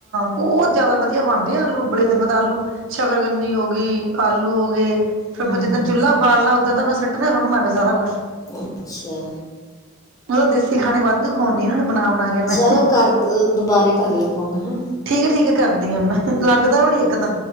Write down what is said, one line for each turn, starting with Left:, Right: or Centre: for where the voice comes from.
Right: ਬੋਤ ਜ਼ਿਆਦਾ ਵਧੀਆ ਬਣਦੇ ਆ ਆਲੂ ਉਬਲੇ ਦੇ ਮਤਲਬ ਆਲੂ ਸ਼ਕਰਗੰਜੀ ਹੋ ਗਈ ਆਲੂ ਹੋ ਗਏ ਫੇਰ
Left: ਹੂੰ
Right: ਮੈਂ ਜਿੱਦਣ ਚੁੱਲਾ ਬਾਲਣਾ ਓਦਣ ਤਾਂ ਮੈਂ ਸੁਟਣਾ ਸੁਟਣਾ ਵੀ ਸਾਰਾ ਕੁਛ
Left: ਅੱਛਾ।
Right: ਮੈਂ ਤਾ ਦੇਸੀ ਖਾਣੇ ਵਾਧੂ ਖ਼ਵਾਨੀ ਇਨਾਂ ਨੂੰ ਬਣਾ ਬਣਾ ਕੇ। ਮੈਂ
Left: ਚਲੋ ਕਰ ਦ ਦੁਬਾਰੇ ਕਰ ਲਓ ਫੋਨ ਹੈ।
Right: ਠੀਕ ਹੈ ਠੀਕ ਹੈ ਕਰਦੀ ਹਾਂ ਮੈਂ ਲੱਗਦਾ ਹੋ ਨ ਇੱਕ ਤਾਂ